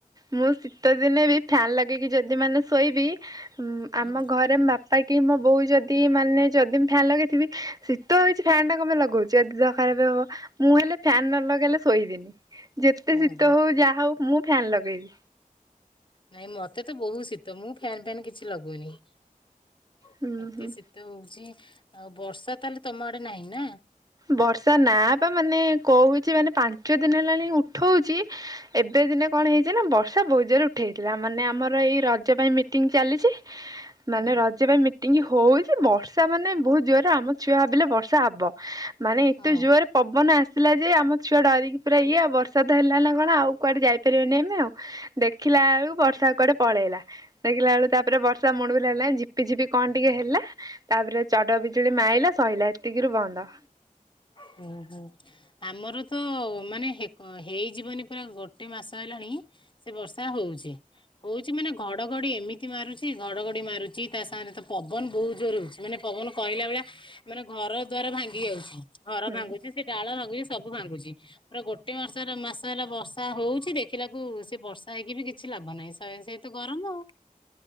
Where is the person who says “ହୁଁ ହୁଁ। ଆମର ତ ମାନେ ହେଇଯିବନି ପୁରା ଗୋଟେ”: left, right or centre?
Left